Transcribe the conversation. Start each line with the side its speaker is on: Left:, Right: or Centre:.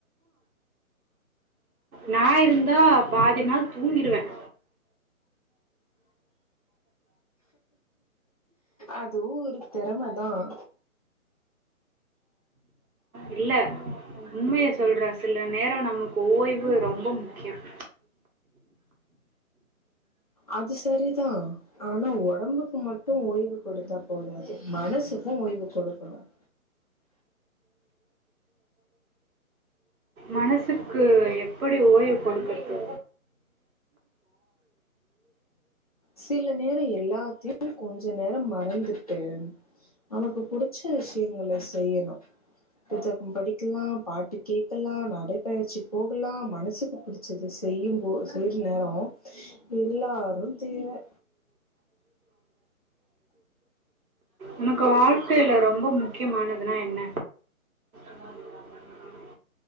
Right: நா இருந்தா பாதி நாள் தூங்கிடுவேன்
Left: அதுவும் ஒரு திறமை தான்
Right: இல்ல உண்மைய சொல்ற சில நேர நமக்கு ஓய்வு இது ரொம்ப முக்கியம்
Left: அது சரிதா ஆனா உடம்புக்கு மட் டும் ஓய்வு கொடுத்தா போது மனசுக்கு ஓய்வு குடுக்கணும்
Right: மனசுக்கு எப்டி ஓய்வு கொடுக்கிறது
Left: சில நேர எல்லாத்தையும் கொஞ்சம் நேர மறந்துட்டு நமக்கு புடிச்ச விஷயங்கள செய்யணும் புத்தக்கம் படிக்கலாம் பாட்டு கேக்கலாம் நடைப்பயிற்சி போகலாம் மனசுக்கு பிடிச்சது செய்யும்போது செய்யற நேர எல்லாரும் தேவ
Right: உனக்கு வாழ்க்கையில ரொம்ப முக்கியமானதுன்னா என்ன <unintelligible>